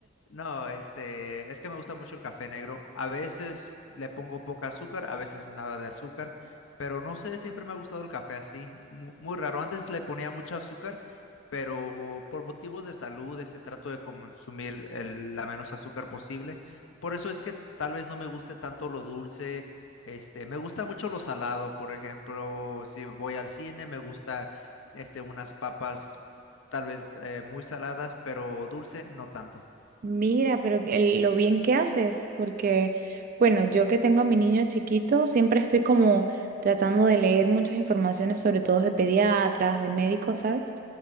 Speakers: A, on the left (about 80°); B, on the right (about 45°).
A: no, este, es que me gusta mucho el café negro. A veces le pongo poca azúcar, a veces nada de azúcar, pero no sé, siempre me ha gustado el café así, mu- muy, raro. Antes le ponía mucho azúcar, pero por motivos de salud, este, trato de consumir el- la menos azúcar posible. Por eso es que tal vez no me guste tanto lo dulce este, me gusta mucho lo salado, por ejemplo, si voy al cine, me gusta este, unas papas tal vez eh, muy saladas, pero dulce no tanto.
B: Mira, pero el- lo bien que haces, porque, bueno, yo que tengo a mi niño chiquito, siempre estoy como tratando de leer muchas informaciones, sobre todo de pediatras, de médicos, ¿sabes?